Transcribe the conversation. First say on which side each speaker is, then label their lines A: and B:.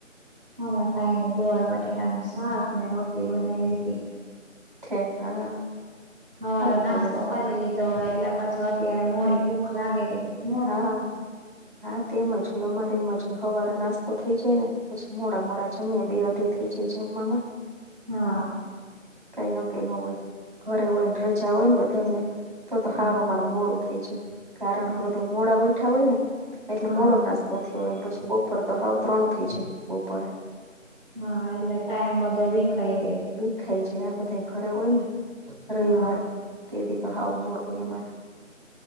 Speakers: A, in the centre; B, on the right.
A: હમે કાઈ નહી ગોવાર બટેટાનું શાકને, રોટલી બનાઈવી તી.
B: ઠીક હા.
A: હવારે
B: સારું
A: નાસ્તો
B: કેવાય શાક
A: કરી લીધો હોય એટલે પછી અત્યારે મોડી ભૂખ લાગે કે <inaudible>
B: હા હા તે એમજ હોય અમારે એમજ હોય હવારે નાસ્તો થઈ જાય ને. પછી મોડા મોડા જમીએ. બે અઢી થઇ જાય જમવામાં.
A: હા.
B: કાઈ નકી ન હોય. ઘરે હોયને રજા હોય ને બધાને તો તો
A: હા
B: હાવ અમા મોડું થઈ જાય. કારણ
A: હા
B: કે બધા મોડા ઉઠા હોય ને એટલે
A: હા
B: મોડો નાસ્ તો થયો હોય ને પછી બપોરે તો હાવ ત્રણ થઇ જાય બપોરે.
A: હા એટલે ટાઈમ બધો વીખાઈ જાય.
B: વીખાય જાય હા બધા ઘરે હોય ને. રવિવારે
A: હા
B: તે દી તો હાવ મોડું હોય અમારે.